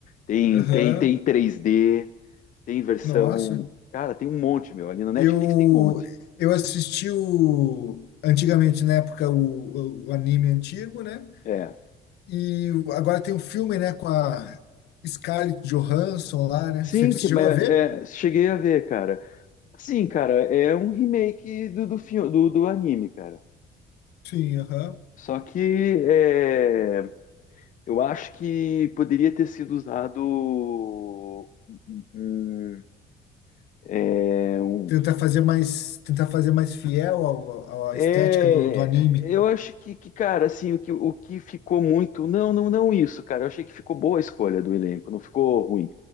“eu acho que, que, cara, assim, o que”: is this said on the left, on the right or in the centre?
Left